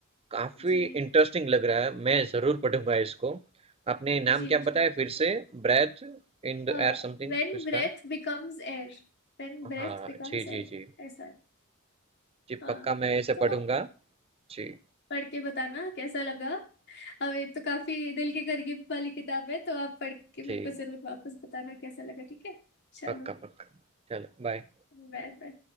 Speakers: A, on the right; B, on the left.
A: काफी
B: जी
A: इंटरेस्टिंग लग रहा है मैं जरूर पढ़ूंगा इसको आपने नाम
B: जी
A: क्या
B: जी
A: बताया
B: बिल्कुल
A: फिर से Breath in the
B: When
A: air something कुछ
B: breath
A: था
B: becomes air When breath
A: हाँ
B: becomes
A: जी जी
B: air
A: जी
B: ऐसा है।
A: जी,
B: हाँ
A: पक्का मैं इसे
B: तो
A: पढ़ूँगा। जी,
B: पढ़ के बताना कैसा लगा अब ये तो काफी दिल के करीब वाली किताब है तो आप पढ़ के मेरे
A: जी,
B: को जरूर वापस बताना कैसा लगा ठीक है चलो
A: पक्का, पक्का। चलो, बाय।
B: Bye bye